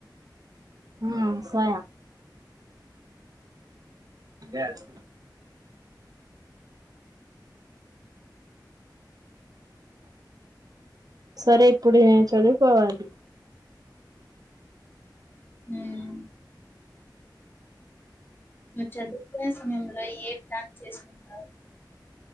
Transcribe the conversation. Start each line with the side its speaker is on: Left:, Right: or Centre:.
Right: ఆ సాయ బ్యాస్ సరే ఇప్పుడు నేను చదువుకోవాలి.
Left: హ్మ్ చదువుకునే సమయంలో ఏ ప్లాన్ చేసుకుంటారు.